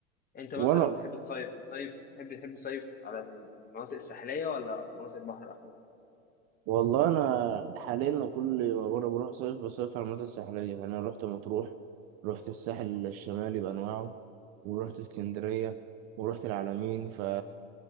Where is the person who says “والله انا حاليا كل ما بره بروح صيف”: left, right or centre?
Right